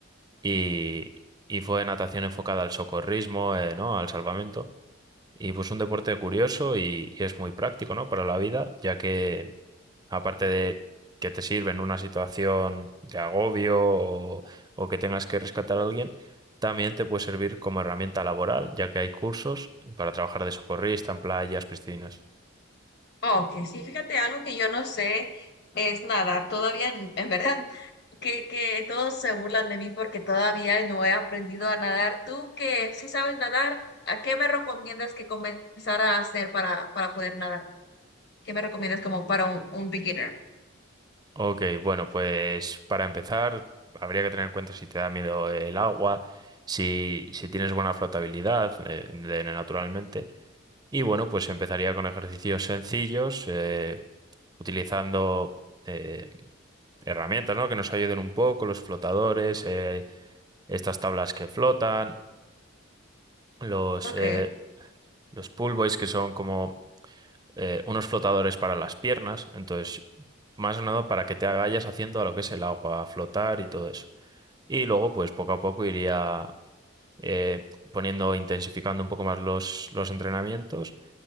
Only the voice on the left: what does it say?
Ok, sí, fíjate, algo que yo no sé es nadar. Todavía, en, en verdad, que, que todos se burlan de mí porque todavía no he aprendido a nadar. Tú que sí sabes nadar, ¿a qué me recomiendas que comenzara a hacer para, para poder nadar? ¿Qué me recomiendas como para un, un beginner?
Ok,